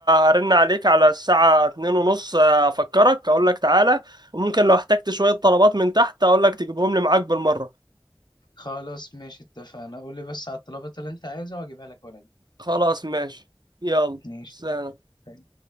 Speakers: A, on the right (about 55°); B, on the left (about 55°).
A: هرن عليك على الساعة اتنين ونص أفكرك أقول لك تعالى وممكن لو احتجت شوية طلبات من تحت أقول لك تجيبهم لي معاك بالمرة
B: خلاص ماشي اتفقنا قول لي بس على الطلبات اللي انت عايزها واجيبها لك وانا دي
A: خلاص ماشي يلا
B: ماشي
A: سلام
B: اتفقنا.